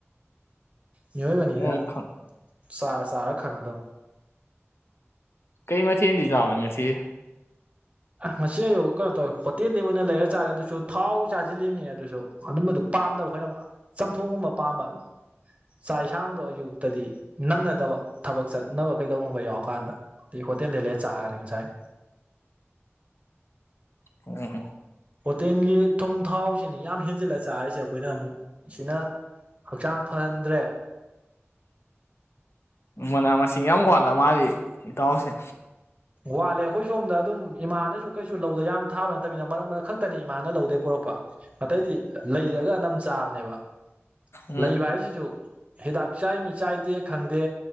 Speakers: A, on the right; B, on the left.
A: ꯃꯤꯑꯣꯏꯕꯅꯤꯅ
B: ꯑꯣ ꯈꯪ
A: ꯆꯥꯔ ꯆꯥꯔ ꯈꯪꯉꯗꯧ
B: ꯀꯩ ꯃꯊꯦꯜꯗꯤ ꯆꯥꯕꯅꯤ ꯉꯁꯤ
A: ꯉꯁꯤ ꯑꯌꯨꯛ ꯀꯩꯅꯣ ꯇꯧꯔꯦ ꯍꯣꯇꯦꯜꯗꯒꯤ ꯑꯣꯏꯅ ꯂꯩꯔ ꯆꯥꯔꯦ ꯑꯗꯨꯁꯨ ꯊꯥꯎ ꯆꯥꯁꯤꯜꯂꯤꯕꯅꯤ ꯑꯗꯨꯁꯨ ꯑꯗꯨꯝꯕꯗꯨ ꯄꯥꯝꯗꯅꯕ ꯑꯩꯈꯣꯏꯅ ꯆꯝꯊꯣꯡꯒꯨꯝꯕ ꯄꯥꯝꯕ ꯆꯥꯛ ꯌꯦꯁꯥꯡꯗꯣ ꯑꯌꯨꯛꯇꯗꯤ ꯅꯪꯅꯗꯕ ꯊꯕꯛ ꯆꯠꯅꯕ ꯀꯩꯗꯧꯅꯕ ꯌꯥꯎꯔꯀꯥꯟꯗ ꯍꯣꯇꯦꯜꯗꯩ ꯂꯩꯔ ꯆꯥꯈ꯭ꯔꯦ ꯉꯁꯥꯏ
B: ꯑꯣꯝ
A: ꯍꯣꯇꯦꯜꯒꯤ ꯊꯨꯝ ꯊꯥꯎꯁꯤꯅꯤ ꯌꯥꯝ ꯍꯦꯟꯖꯤꯜꯂ ꯆꯥꯔꯤꯁꯦ ꯑꯩꯈꯣꯏꯅ ꯑꯃꯨꯛ ꯁꯤꯅ ꯍꯛꯆꯥꯡ ꯐꯍꯟꯗ꯭ꯔꯦ
B: ꯃꯅꯥ ꯃꯁꯤꯡ ꯌꯥꯝ ꯋꯥꯠꯂ ꯃꯥꯗꯤ ꯏꯇꯥꯎꯁꯦ
A: ꯋꯥꯠꯂꯦ ꯑꯩꯈꯣꯏ ꯁꯣꯝꯗ ꯑꯗꯨꯝ ꯏꯃꯥꯅꯁꯨ ꯀꯩꯁꯨ ꯂꯧꯗ ꯌꯥꯝ ꯊꯥꯕ ꯅꯠꯇꯕꯅ ꯃꯔꯛ ꯃꯔꯛ ꯈꯛꯇꯅꯤ ꯏꯃꯥꯅ ꯂꯧꯗꯩ ꯄꯣꯔꯛꯄ ꯑꯇꯩꯗꯤ ꯂꯩꯔꯒ ꯑꯅꯝ ꯆꯥꯕꯅꯦꯕ
B: ꯎꯝ
A: ꯂꯩꯕ ꯍꯥꯏꯁꯤꯁꯨ ꯍꯤꯗꯥꯛ ꯆꯥꯢꯃꯤ ꯆꯥꯏꯗꯦ ꯈꯪꯗꯦ